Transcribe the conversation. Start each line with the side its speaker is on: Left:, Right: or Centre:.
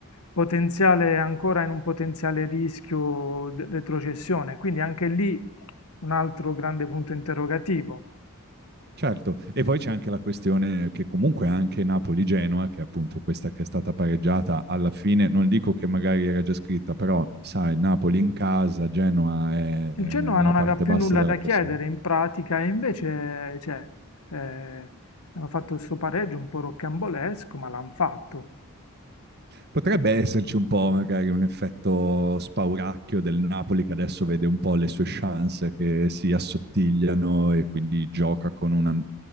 Left: potenziale, ancora in un potenziale rischio di retrocessione, quindi anche lì un altro grande punto interrogativo.
Right: Certo, e poi c'è anche la questione che comunque anche Napoli-Genoa, che è appunto questa che è stata pareggiata alla fine, non dico che magari era già scritta, però sai, Napoli in casa, Genoa è,
Left: Il
Right: è
Left: Genoa
Right: nella
Left: non
Right: parte
Left: aveva più
Right: bassa
Left: nulla
Right: della
Left: da chiedere
Right: classifica.
Left: in pratica e invece, cioè, eh, hanno fatto questo pareggio un po' rocambolesco, ma l'hanno fatto.
Right: Potrebbe esserci un po' magari un effetto spauracchio del Napoli che adesso vede un po' le sue chance che si assottigliano e quindi gioca con, una,